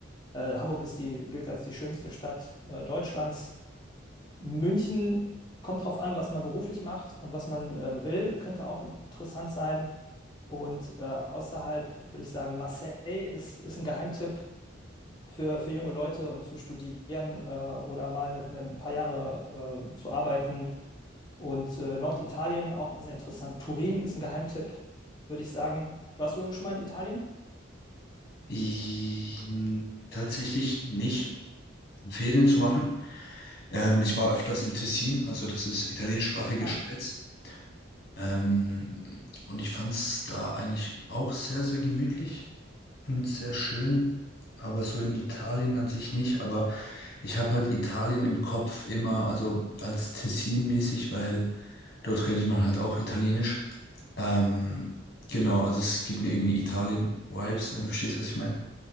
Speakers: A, on the left; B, on the left.
A: äh, Hamburg ist die, gilt als die schönste Stadt äh, Deutschlands. München kommt drauf an, was man beruflich macht und was man äh, will, könnte auch interessant sein. Und äh, außerhalb würde ich sagen, Marseille ist, ist ein Geheimtipp für, für junge Leute, um zu studieren äh, oder mal ne, ne, ein paar Jahre äh, zu arbeiten. Und äh, Norditalien auch sehr interessant. Turin ist ein Geheimtipp, würde ich sagen. Warst du schon mal in Italien?
B: I- Tatsächlich nicht, um Ferien zu machen. Ähm, ich war öfters in Tessin, also das ist italienischsprachige
A: Ah,
B: Schweiz. Ähm, und ich fand es da eigentlich auch sehr, sehr gemütlich. Und sehr schön, aber so in Italien an sich nicht. Aber ich habe halt Italien im Kopf immer, also als Tessin-mäßig, weil dort redet man halt auch Italienisch. Ähm, genau, also es gibt mir irgendwie Italien-Vibes, wenn du verstehst, was ich meine.